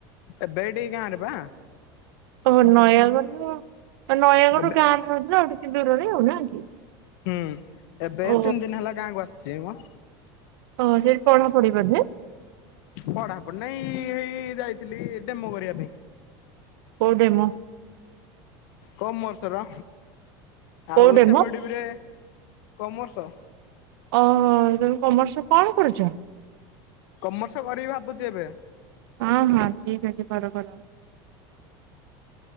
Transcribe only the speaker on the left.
ଏବେ ଏଇଠି ଗାଁ ରେ ବା।
ଏବେ
ହୁଁ, ଏବେ
ଏଇ ତିନି ଦିନ ହେଲା ଗାଁକୁ ଆସିଛିମ।
ପଢାପଢି ନାଇଁ ଏଇ ଯାଇଥିଲି ଡେମୋ କରିବା ପାଇଁ।
କମର୍ସ ର।
ଆଉ <unintelligible>
କମର୍ସ।
କମର୍ସ କରିବି ଭାବୁଛି ଏବେ।